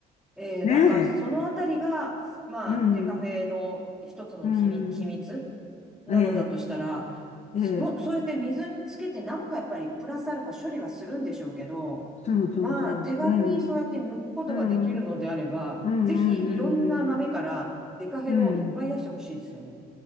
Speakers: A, in the centre; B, on the left.
A: えー、
B: ねえ、
A: なんかそのあたりが、まあ、
B: うん、
A: デカフェの一つの秘密、
B: うん、
A: 秘密なのだとしたら、
B: ええ、ええ、ええ、
A: そそうやって水につけてなんかやっぱりプラスアルファ処理はするんでしょうけど、
B: ええそうそうそう、
A: まあ手軽にそうやって抜くことができるのであれば、
B: うん、うん、うん、うん、うん、
A: ぜひいろんな豆からデカフェをいっぱい出してほしいですよね。
B: うん、うん